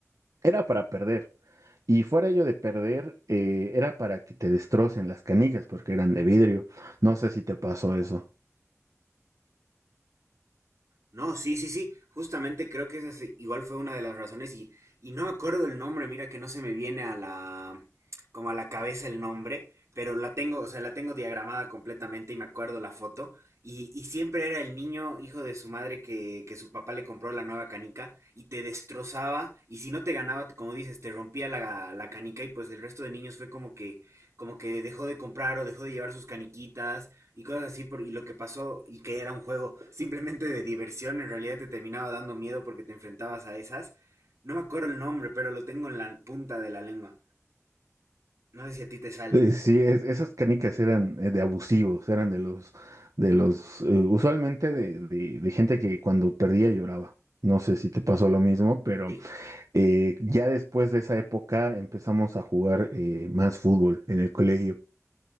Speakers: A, on the right; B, on the right.
A: era para perder. Y fuera ello de perder, eh, era para que te destrocen las canicas porque eran de vidrio. No sé si te pasó eso.
B: No, sí, sí, sí, justamente creo que esa sí- igual fue una de las razones y, y no me acuerdo el nombre, mira que no se me viene a la, como a la cabeza el nombre, pero la tengo, o sea, la tengo diagramada completamente y me acuerdo la foto y, y siempre era el niño hijo de su madre que, que su papá le compró la nueva canica y te destrozaba y si no te ganaba, como dices, te rompía la, la canica y pues el resto de niños fue como que, como que dejó de comprar o dejó de llevar sus caniquitas y cosas así, por, y lo que pasó, y que era un juego simplemente de diversión, en realidad te terminaba dando miedo porque te enfrentabas a esas. No me acuerdo el nombre, pero lo tengo en la punta de la lengua. No sé si a ti te sale.
A: Eh, sí, es- esas canicas eran eh, de abusivos, eran de los, de los, eh, usualmente de, de de gente que cuando perdía lloraba. No sé si te pasó lo mismo, pero...
B: Sí.
A: Eh, ya después de esa época empezamos a jugar eh, más fútbol en el colegio.